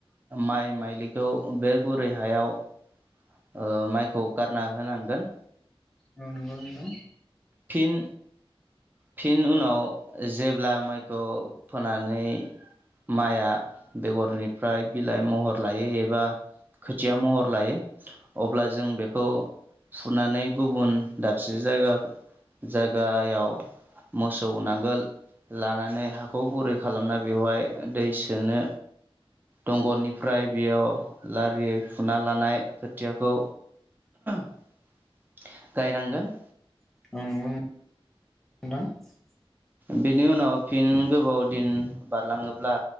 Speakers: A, on the right; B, in the centre.
A: माइ माइलिखौ बे गुरै हायाव ओ माइखौ गारना होनांगोन।
B: औ नोंगौ नोंथां।
A: फिन फिन उनाव जेब्ला माइखौ फोनानै माइआ बेगरनिफ्राय बिलाइ महर लायो एबा खोथिया महर लायो अब्ला जों बेखौ फुनानै गुबुन दाबसे जायगा-जायगायाव मोसौ नांगोल लानानै हाखौ गुरै खालामना बेवहाय दै सोनो दंग'निफ्राय बेयाव लारियै फुना लानाय खोथियाखौ <unintelligible> गायनांगोन
B: <unintelligible> नोंथां
A: बेनि उनाव फिन गोबाव दिन बारलाङोब्ला